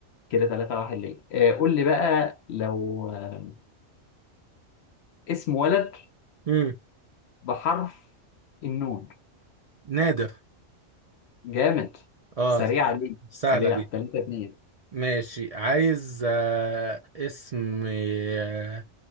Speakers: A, on the left; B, on the right.
A: كده 3 1 ليه آه قول لي بقى لو آه، اسم ولد
B: امم
A: بحرف النون
B: نادر
A: جامد
B: اه
A: سريع عليك
B: سهلة
A: سريع
B: دي
A: 3 2
B: ماشي عايز آه، اسم آه،